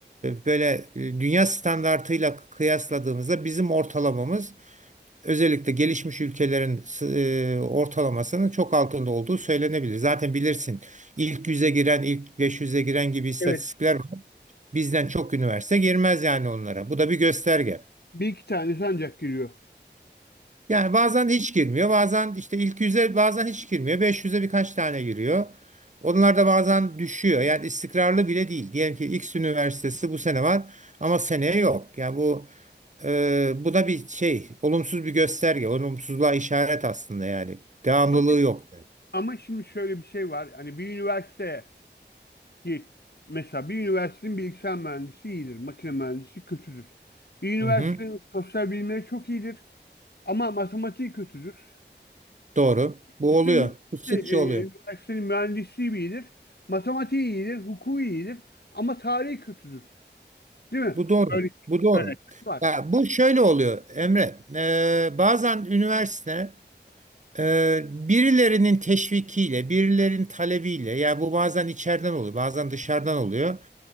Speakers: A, on the right (about 40°); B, on the left (about 60°).
A: böyle e, dünya standartıyla kıyasladığımızda bizim ortalamamız özellikle gelişmiş ülkelerin s- e, ortalamasının çok altında olduğu söylenebilir. Zaten bilirsin ilk yüze giren, ilk beş yüze giren gibi istatistikler
B: Evet.
A: var. Bizden çok üniversite girmez yani onlara. Bu da bir gösterge.
B: Bir iki tanesi ancak giriyor.
A: Yani bazen hiç girmiyor. Bazen işte ilk yüze bazen hiç girmiyor. 500'e birkaç tane giriyor. Onlar da bazen düşüyor. Yani istikrarlı bile değil. Diyelim ki X üniversitesi bu sene var ama seneye yok. Yani bu e, bu da bir şey, olumsuz bir gösterge, olumsuzluğa işaret aslında yani. Devamlılığı
B: Ama,
A: yok.
B: ama şimdi şöyle bir şey var. Hani bir üniversite ki mesela bir üniversitenin bilgisayar mühendisi iyidir, makine mühendisi kötüdür. Bir üniversitenin
A: Hı hı,
B: sosyal bilimleri çok iyidir ama matematiği kötüdür.
A: doğru. Bu
B: Kesin
A: oluyor. Bu sıkça
B: üniversite, e,
A: oluyor.
B: üniversitenin mühendisliği iyidir, matematiği iyidir, hukuku iyidir ama tarihi kötüdür. Değil mi?
A: Bu doğru.
B: Böyle
A: Bu doğru.
B: örnekler var.
A: Ya bu şöyle oluyor Emre. E, bazen üniversite Ee, birilerinin teşvikiyle, birilerinin talebiyle, yani bu bazen içeriden oluyor, bazen dışarıdan oluyor.